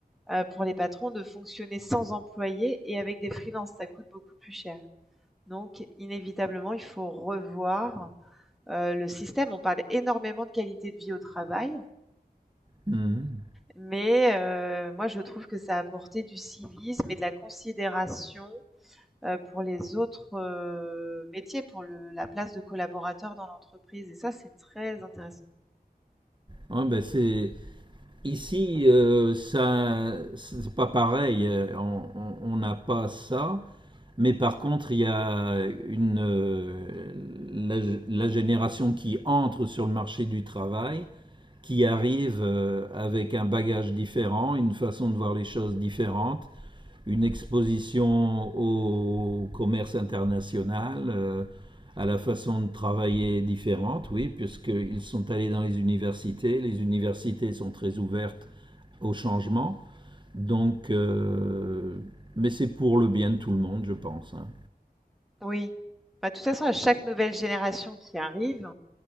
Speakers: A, in the centre; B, on the right.
A: euh, pour les patrons de fonctionner sans employés et avec des freelances. Ça coûte beaucoup plus cher. Donc, inévitablement, il faut revoir euh, le système. On parle énormément de qualité de vie au travail.
B: hum.
A: Mais heu, moi, je trouve que ça apportait du civisme et de la considération, heu, pour les autres, heu, métiers, pour le la place de collaborateur dans l'entreprise et ça, c'est très intéressant.
B: Ah, ben, c'est ici, euh, ça, c'est pas pareil. Euh, On on- on n'a pas ça. Mais par contre, il y a une, euh, la, la génération qui entre sur le marché du travail, qui arrive euh, avec un bagage différent, une façon de voir les choses différente, une exposition au commerce international, euh, à la façon de travailler différente, oui, puisqu'ils sont allés dans les universités, les universités sont très ouvertes au changement, donc, euh, mais c'est pour le bien de tout le monde, je pense. hein.
A: Oui. Bah, de toute façon, à chaque nouvelle génération qui arrive,